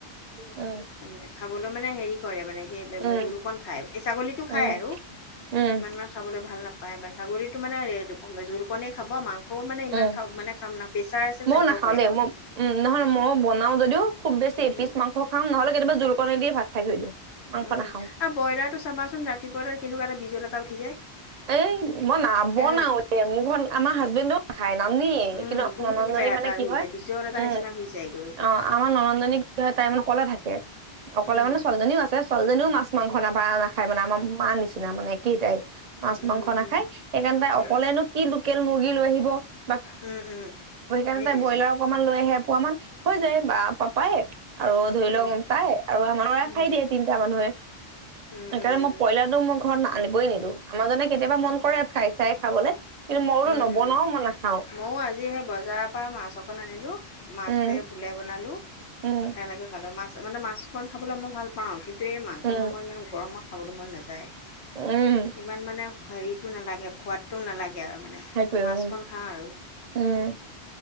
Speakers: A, on the right (about 45°); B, on the left (about 80°).
A: উম
B: তাৰমানে খাবলৈ মানে হেৰি কি কৰে মানে কি
A: উম
B: জোল কন খায় এই ছাগলীটো খাই
A: উম উম
B: আৰু
A: উম
B: ইমান মানে খাবলৈ ভাল নাপায় ছাগলীতো মানে জোলকণেই খাব মাং স মানে ইমান
A: উম
B: খাম মানে খাম না প্ৰেচাৰ আছে
A: ময়ও
B: যে ভয়
A: নাখাও
B: কৰে
A: দেই
B: অকণ
A: মই উম নহয় ময়ো বনাও যদিও খুব বেছি
B: উম
A: এপিছ মাংস খাওঁ নহ'লে কেতিয়াবা জোলকণে দি ভাত খাই থৈ দিওঁ মাংস
B: উম
A: নাখাও
B: আৰু ব্ৰইলাৰটো চাবাচোন ৰাতিপুৱালৈ কেনেকুৱা এটা বিজল এটা উঠি যায়
A: এই মই নাবনাৱে
B: অ
A: মোৰ ঘৰত আমাৰ হাজবেণ্ডো নাখায় নানে
B: উম
A: কিন্তু
B: বহুত
A: ননন্দজনী
B: একেবাৰে এটা
A: মানে কি
B: হৈ
A: হয়
B: যায় বিজল এটা
A: উম
B: নিচিনা হৈ যায়গৈ
A: অ আমাৰ ননন্দজনী কি হয় তাই মানে অকলে থাকে অকলে
B: উম
A: মানে ছোৱালীজনীও আছে ছোৱালীজনীও মাছ মাংস নাপায় নাখায় মানে আমাৰ মাৰ নিচিনা মানে একেইটাই মাছ
B: উম
A: মাংস
B: উম
A: নাখায় সেইকাৰণে তাই
B: উম
A: অকলেনো কি লোকেল মুৰ্গী লৈ আহিব বা
B: উম উম
A: অহ সেইকাৰণে
B: সেইটোৱেইটো
A: তাই ব্ৰইলাৰ অকমান লৈ আহে এপোৱা মান হৈ যায় বা পাপাই আৰু ধৰি
B: উম
A: লওক তাই আৰু আমাৰ
B: উম
A: খাই দিয়ে তিনিটা মানুহে
B: উম
A: সেইকাৰণে
B: উম
A: মই ব্ৰইলাৰটো মোৰ ঘৰত আনিবই নিদো আমাৰজনে কেতিয়াবা মন কৰে ফ্ৰাই চাই খাবলে কিন্তু মই বোলো
B: উম
A: নবনাও
B: উম
A: মই নাখাওঁ
B: ময়ো আজি সেই বজাৰৰ পৰা মাছ অকণ আনিলোঁ মাছে
A: উম
B: ভূলে বনালোঁ
A: উম
B: তেনেকে খালো মাছ মানে মাছক খাবলৈ মই ভাল পাওঁ কিন্তু এই মাংস
A: উম
B: চাংস ইমান গৰমত খাবলে মন নাযায়
A: উম
B: ইমান মানে হেৰিটো নালাগে খোৱাদটো নালাগে আৰু মানে
A: সেইটোৱে
B: মাছকণ
A: উম
B: খাওঁ আৰু
A: উম